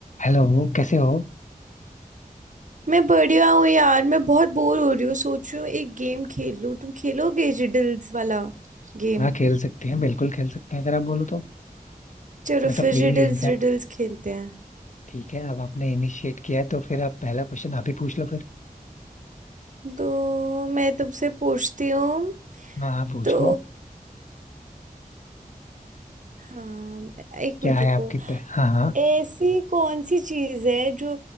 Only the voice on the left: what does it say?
Hello कैसे हो
हाँ खेल सकते हैं बिल्कुल खेल सकते हैं अगर आप बोलो तो
मैं तो
फ्री
भी हूँ इनफैक्ट
ठीक है अब आपने इनिशिएट किया है तो फिर आप पहला क्वेश्चन आप ही पूछ लो फिर
हाँ हाँ पूछो
क्या
है
आपके पे हाँ हाँ